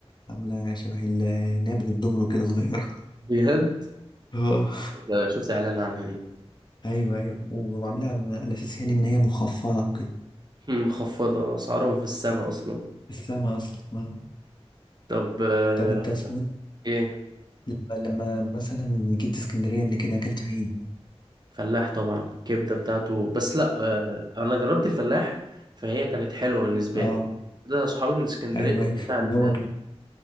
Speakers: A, on the left; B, on the right.
A: عامله شبه ال- اللي هي بتدومينو كده صغيره
B: بجد
A: اه
B: آه، شفت اعلان عنها دي
A: ايوه ايوه وعاملها على على اساس يعني ان هي مخفضه وكده
B: مم، مخفضة اسعارهم في السماء اصلا
A: السما اصلا آه.
B: طب آه،
A: طب انت اسمه إيه؟
B: ايه
A: لما لما مثلا جيت اسكندرية قبل كده أكلت فين؟
B: فلاح طبعا الكبده بتاعته بس لا آه، انا جربت الفلاح فهي كانت حلوه بالنسبه
A: اه
B: لي ده صحابي من اسكندريه
A: أيوه أيوه
B: كنا عند
A: اللي هو